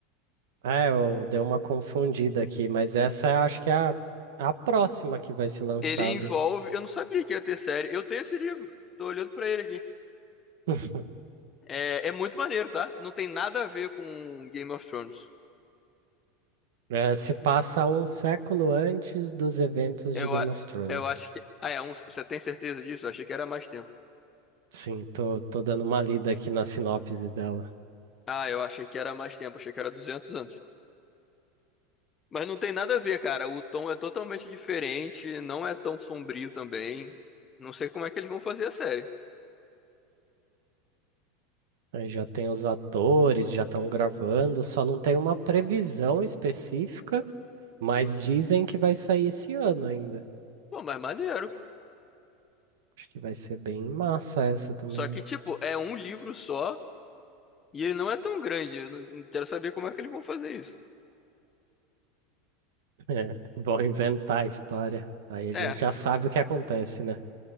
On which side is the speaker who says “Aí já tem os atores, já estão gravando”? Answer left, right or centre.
Right